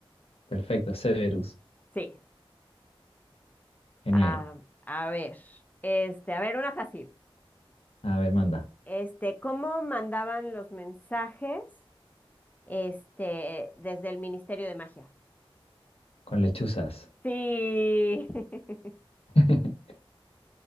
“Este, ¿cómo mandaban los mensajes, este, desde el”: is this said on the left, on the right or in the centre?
Left